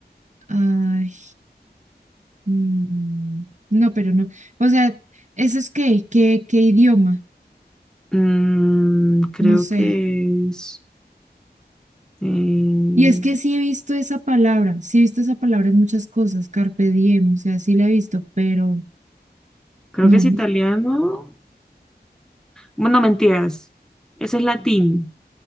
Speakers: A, on the right (about 45°); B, in the centre.
A: Ay, mm, no, pero no. O sea, ¿eso es qué? ¿Qué, qué idioma?
B: Mm, creo
A: No sé.
B: que es, eh,
A: Y es que sí he visto esa palabra, sí he visto esa palabra en muchas cosas, carpe diem, o sea, sí la he visto, pero
B: creo
A: no,
B: que es italiano. Bueno, mentiras, ese es latín.